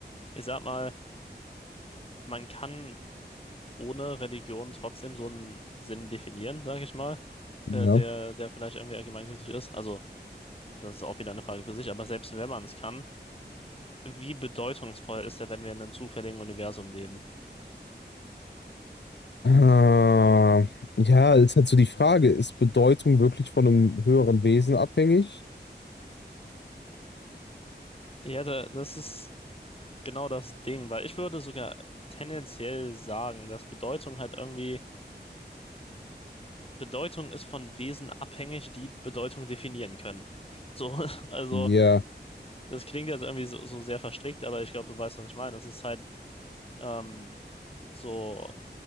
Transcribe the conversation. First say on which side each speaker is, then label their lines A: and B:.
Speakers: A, on the left; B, on the left.
A: ich sag mal, man kann ohne Religion trotzdem so einen Sinn definieren, sag ich mal,
B: ja.
A: der, der, der vielleicht irgendwie allgemeingültig ist. Also das ist auch wieder eine Frage für sich, aber selbst wenn man es kann, wie bedeutungsvoll ist der, wenn wir in einem zufälligen Universum leben?
B: Ah, ja, ist halt so die Frage, ist Bedeutung wirklich von einem höheren Wesen abhängig?
A: Ja, da, das ist genau das Ding, weil ich würde sogar tendenziell sagen, dass Bedeutung halt irgendwie Bedeutung ist von Wesen abhängig, die Bedeutung definieren können. So, <laughs> also
B: Ja.
A: das klingt jetzt irgendwie so, so sehr verstrickt, aber ich glaube, du weißt, was ich meine. Das ist halt ähm, so